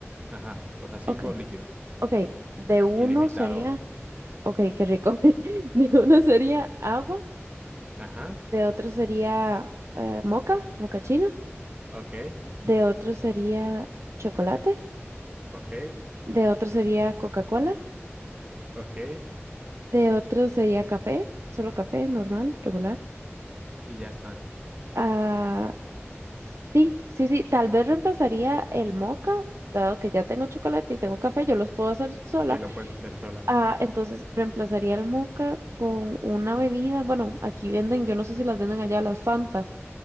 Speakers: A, on the right (about 25°); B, on the right (about 75°).
A: Ajá, o sea, cinco
B: Ok,
A: líquidos.
B: ok, de uno
A: Ilimitado.
B: sería, ok, qué rico. <laughs> De uno sería agua,
A: Ajá,
B: de otro sería eh, moca, moca chino.
A: ok,
B: de otro sería chocolate,
A: ok,
B: de otro sería Coca-Cola,
A: ok,
B: de otro sería café, solo café normal, regular.
A: y ya está.
B: Ah, sí, sí, sí, tal vez reemplazaría el moca, dado que ya tengo chocolate y tengo café, yo los puedo hacer sola.
A: Sí, lo puedes hacer sola.
B: Ah, entonces reemplazaría el moca con una bebida, bueno, aquí venden, yo no sé si las venden allá, las Fanta.